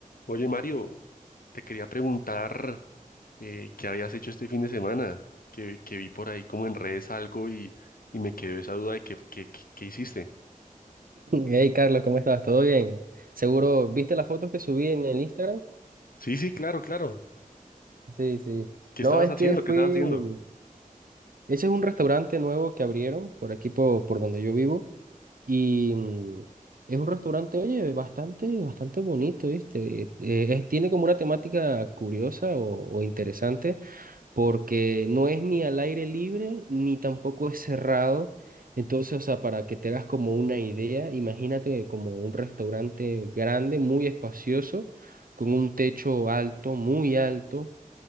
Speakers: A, on the left; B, on the right.
A: Oye, Mario, te quería preguntar eh, qué habías hecho este fin de semana, que, que vi por ahí como en redes algo y, y me quedó esa duda de qué, qué, qué- qué hiciste.
B: Hey, Carlos, ¿cómo estás? ¿Todo bien? Seguro, ¿viste las fotos que subí en el Instagram?
A: Sí, sí, claro, claro.
B: Sí, sí.
A: ¿Qué estabas
B: No, es
A: haciendo?
B: que fui...
A: ¿Qué estabas haciendo?
B: mm, Ese es un restaurante nuevo que abrieron por aquí, por, por donde yo vivo. Y mm, es un restaurante, oye, bastante, bastante bonito, ¿viste? Eh, eh, es- tiene como una temática curiosa o, o interesante. porque no es ni al aire libre ni tampoco es cerrado. Entonces, o sea, para que te hagas como una idea, imagínate como un restaurante grande, muy espacioso, con un techo alto, muy alto